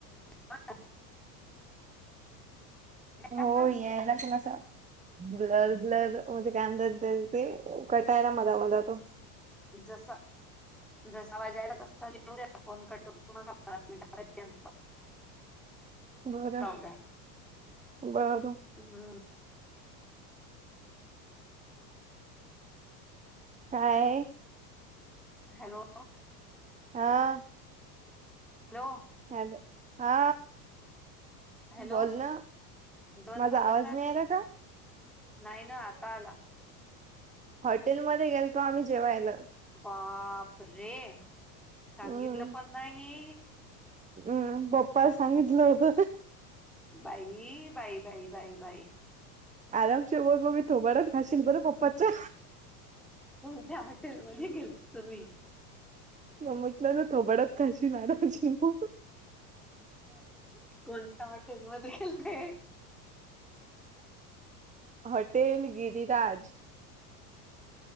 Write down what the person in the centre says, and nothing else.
हा.
आवाज
जसं. जसा वाजायला त असता येऊ द्या फोन कट न मिनटपर्यंत
द्या.
हा
हॅलो.
हॅलो.
हॅलो
जेवण
झालं
नाही ना आता आला
बाप रे सांगितलं
पण नाही
बाई बाई बाई बाय बाई
तुमच्या हॉटेलमध्येध्ये गेल तुम्ही
कोणत्या हॉटेल मध्ये खेलतेय